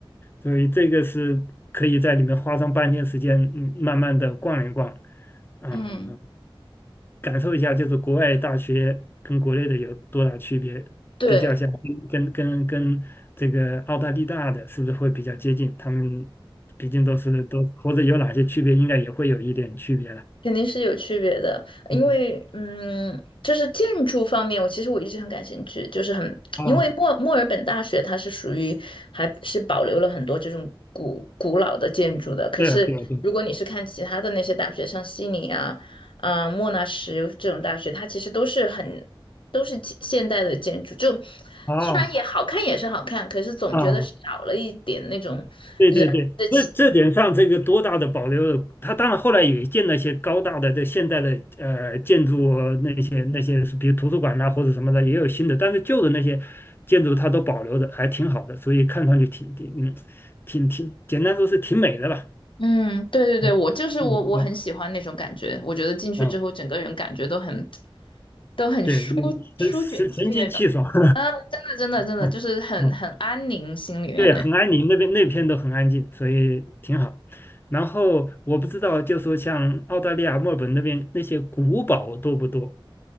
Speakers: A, on the left; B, on the left.
A: 所以这个是可以在里面花上半天时间，嗯，慢慢的逛一逛，啊、
B: 嗯
A: 感受一下，就是国外大学跟国内的有多大区别，
B: 对，
A: 比较下，跟跟跟跟这个澳大利亚的，是不是会比较接近？他们毕竟都是都或者有哪些区别，应该也会有一点区别了。
B: 肯定是有区别的，
A: 嗯，
B: 因为嗯，就是建筑方面，我其实我一直很感兴趣，就是很，
A: 啊，
B: 因为墨墨尔本大学它是属于还是保留了很多这种古古老的建筑的，可是如果你是看其他的那些大学，
A: 对啊，对啊，对
B: 像悉尼啊、啊、莫纳什这种大学，它其实都是很都是现现代的建筑，就
A: 啊，
B: 虽然也好看也是好看，
A: 哦
B: 可是总觉得少了一点那种。
A: 啊，对对对，
B: 人的。
A: 这这点上这个多大的保留？它当然后来也建了一些高大的这现代的呃建筑呃那些那些是，比如图书馆呐、或者什么的也有新的，但是旧的那些建筑它都保留的还挺好的，所以看上去挺挺嗯挺挺简单说是挺美的吧。
B: 嗯，对对对，
A: 嗯嗯嗯，
B: 我就是我，我很喜欢那种感觉。我觉得进去之后，
A: 嗯
B: 整个人感觉都很都很舒舒卷气那种，
A: 对，神神神清气爽。<laughs>
B: 真的真的真的就是很很安宁，
A: 嗯嗯
B: 心里面那种
A: 对，很安宁，那边那片都很安静，所以挺好。然后我不知道，就说像澳大利亚墨尔本那边那些古堡多不多？